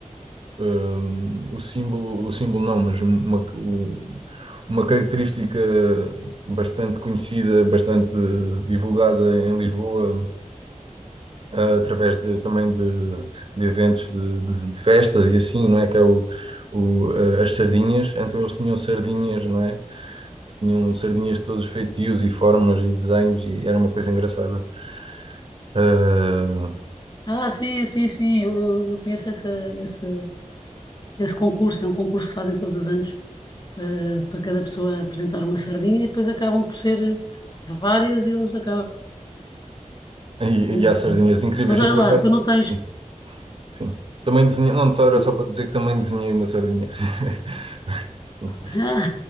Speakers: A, on the right; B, on the left.
A: ah, o símbolo, o símbolo não, mas um- uma, o- uma característica bastante conhecida, bastante divulgada em Lisboa, através de, também de, de eventos de, de- de festas e assim, não é? Que é o, o, eh, as sardinhas. Então eles tinham sardinhas, não é? Tinham sardinhas de todos os feitios e formas e desenhos e era uma coisa engraçada. Ah,
B: Ah, sim, sim, sim, eu, eu- eu conheço essa, esse, esse concurso, é um concurso que fazem todos os anos para, para cada pessoa apresentar uma sardinha e depois acabam por ser eh, várias e eles acabam.
A: e,
B: É engraçado.
A: e há sardinhas incríveis.
B: Mas olha
A: Eu, por
B: lá,
A: acaso,
B: tu não tens.
A: sim. sim. Também desenhei, não, só era
B: tu-
A: só para dizer que também desenhei uma sardinha. <laughs> Sim,
B: <laughs> Ah,